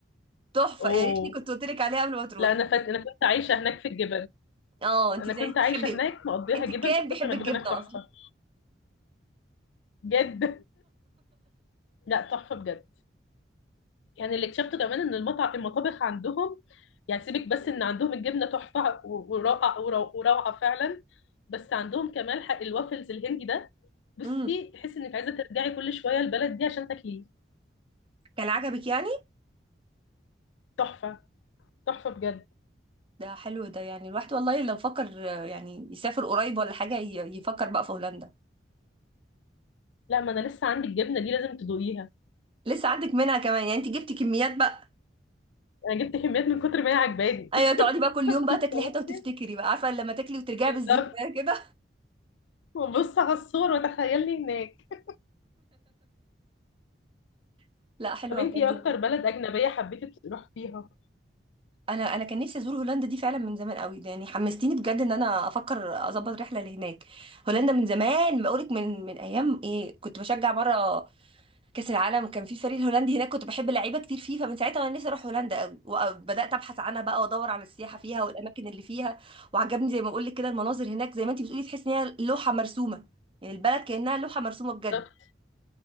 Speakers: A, on the right; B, on the left.
A: تحفة
B: اوه
A: يا ريتني كنت قلت لك عليها قبل ما تروحي
B: لا انا فات... انا كنت عايشه هناك في الجبل
A: اه انت
B: انا
A: <laughs> بتاعتي
B: كنت
A: بتحبي
B: عايشه هناك مقضيها
A: انت
B: جبل
A: كان
B: من كتر
A: بيحب
B: ما
A: الجبنة
B: الجبل هناك تحفه
A: اصلا
B: بجد لا تحفه بجد يعني اللي اكتشفته كمان ان المطع... المطابخ عندهم يعني سيبك بس ان عندهم الجبنه تحفه و- وروعه ورو- وروعه فعلا بس عندهم كمان حق الوافلز الهندي ده بصي
A: امم
B: تحسي انك عايزه ترجعي كل شويه البلد دي عشان تاكليه
A: كان عجبك يعني
B: تحفه تحفه بجد
A: ده حلو ده يعني الواحد والله لو فكر آه، يعني يسافر قريب ولا حاجة ي- يفكر بقى في هولندا
B: لا ما انا لسه عندي الجبنه دي لازم تدوقيها
A: لسه عندك منها كمان يعني انت جبتي كميات بقى
B: انا جبت كميات من كتر ما هي عجباني
A: ايوه تقعدي بقى كل
B: <laughs>
A: يوم بقى تاكلي
B: بصي
A: حتة وتفتكري بقى عارفة لما تاكلي وترجعي
B: بالظبط
A: بالذكريات كده
B: وبص على الصور وتخيلني هناك
A: <laughs> لا حلوة
B: طب انتي
A: بجد
B: ايه
A: يعني.
B: اكتر بلد اجنبيه حبيتي تروحيها
A: انا انا كان نفسي ازور هولندا دي فعلا من زمان قوي ده يعني حمستيني بجد ان انا افكر اظبط رحله لهناك هولندا من زمان بقولك من من ايام ايه كنت بشجع مره كاس العالم كان في فريق الهولندي هناك كنت بحب لعيبه كتير فيه فمن ساعتها وانا نفسي اروح هولندا قوي وبدات ابحث عنها بقى وادور على السياحه فيها والاماكن اللي فيها وعجبني زي ما بقولك كده المناظر هناك زي ما انت بتقولي تحس ان هي لوحه مرسومه يعني البلد كانها لوحه مرسومه بجد
B: بالظبط